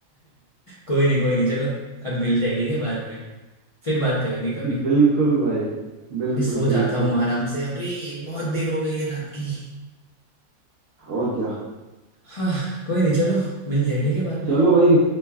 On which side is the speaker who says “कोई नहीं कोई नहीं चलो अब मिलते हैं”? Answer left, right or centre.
Left